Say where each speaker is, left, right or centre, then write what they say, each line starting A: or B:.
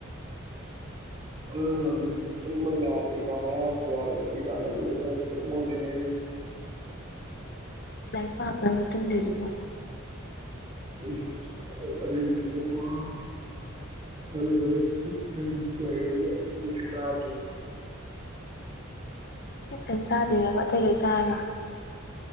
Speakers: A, on the right; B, on the left.
A: ꯑꯗꯣ ꯍꯧꯖꯤꯛꯇꯤ ꯇꯨꯝꯕꯒ ꯌꯥꯥꯗꯦ ꯑꯦꯛꯖꯥꯝ ꯃꯌꯥ ꯌꯧꯁꯜꯂꯛꯄꯩ ꯑꯦꯛꯖꯥꯝ ꯃꯅꯨꯡꯗꯥ ꯇꯨꯝꯃꯥꯒꯦ ꯁꯤꯅꯦ
B: ꯂꯥꯏꯐꯥ <unintelligible> ꯇꯨꯝ ꯂꯩꯔꯕꯣ
A: <unintelligible>
B: ꯅꯪꯇꯪ ꯆꯥꯗꯣꯏꯅꯦꯕ ꯑꯇꯩ ꯂꯣꯏ ꯆꯥꯔꯒ